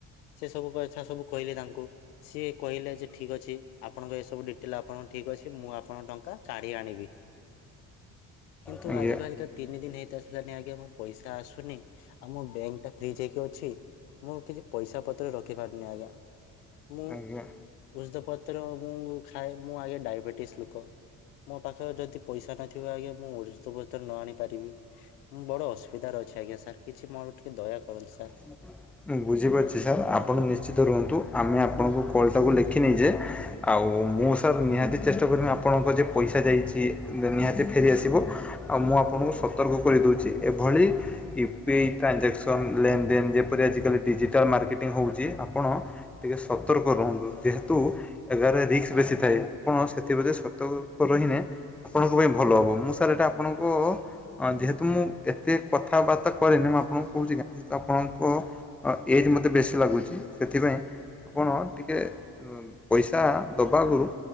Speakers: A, on the left; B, in the centre.
A: ସେ ସବୁ ବାଛା ସବୁ କହିଲେ ତାଙ୍କୁ। ସିଏ କହିଲେ ଯେ ଠିକ ଅଛି ଆପଣଙ୍କ ଏସବୁ ଡିଟେଲ ଆପଣ। ଠିକ ଅଛି ମୁଁ ଆପଣଙ୍କ ଟଙ୍କା କାଢି ଆଣିବି କିନ୍ତୁ
B: ଆଜ୍ଞା
A: ଆଜି କାଲିକା ତିନି ଦିନ ହେଇତ ଆସିଲାନି ଆଜ୍ଞା ମୋ ପଇସା ଆସୁନି ଆଉ ମୋ ବ୍ୟାଙ୍କ ଟା ଫ୍ରିଜ ହେଇକି ଅଛି। ମୁଁ କିଛି ପଇସା ପତ୍ର ରଖିପାରୁନି ଆଜ୍ଞା। ମୁଁ ଉଷୁଦ
B: ଆଜ୍ଞା
A: ପତ୍ର ମୁଁ ଖାଏ ମୁଁ ଆଜ୍ଞା ଡାଇବେଟିସ ଲୁକ। ମୋ ପାଖରେ ଯଦି ପଇସା ନଥିବ ଆଜ୍ଞା ମୁଁ ଔଷଧ ପତ୍ର ନ ଆଣିପାରିବି। ମୁଁ ବଡ ଅସୁବିଧାରେ ଅଛି ଆଜ୍ଞା ସାର୍ କିଛି ମୋର ଟିକେ ଦୟା କରନ୍ତୁ ସାର୍।
B: <inaudible> ମୁଁ ବୁଝିପାରୁଚି ସାର୍ ଆପଣ ନିଶ୍ଚିତ ରୁହନ୍ତୁ ଆମେ ଆପଣଙ୍କୁ। ଫଲ୍ ଟାକୁ ଲେଖି ନେଇଚେ ଆଉ ମୁଁ ସାର୍ ନିହାତି। ଚେଷ୍ଟା କରମି ଆପଣଙ୍କ ଯେ ପଇସା ଯାଇଛି ନିହାତି ଫେରିଆସିବ। ଆଉ ମୁଁ ଆପଣଙ୍କୁ ସତର୍କ କରିଦଉଚି ଏଭଳି। ୟୁପିଆଇ ଟ୍ରାଞ୍ଜାକ୍ସନ ଲେନ ଦେନ ଯେପରି ଆଜିକାଲି ଡିଜିଟାଲ ମାର୍କେଟିଙ୍ଗ ହଉଚି ଆପଣ। ଟିକେ ସତର୍କ ରୁହନ୍ତୁ ଯେହେତୁ। ଏଗାରେ ରିକ୍ସ ବେଶୀ ଥାଏ ଆପଣ ସେଥିପ୍ରତି ସତର୍କ ରହିନେ। ଆପଣଙ୍କ ପାଇଁ ଭଲ ହବ, ମୁଁ ସାର୍ ଏଟା ଆପଣଙ୍କୁ। ହଁ ଯେହେତୁ ମୁଁ ଏତେ କଥାବାର୍ତ୍ତା କରେନି, ମୁଁ ଆପଣଙ୍କୁ କହୁଛି କାହିଁ ଯେହେତୁ ଆପଣଙ୍କୁ। ଅ ଏଜ୍ ମୋତେ ବେଶୀ ଲାଗୁଛି, ସେଥିପାଇଁ ଆପଣ ଟିକେ। ପଇସା ଦବା ଆଗରୁ।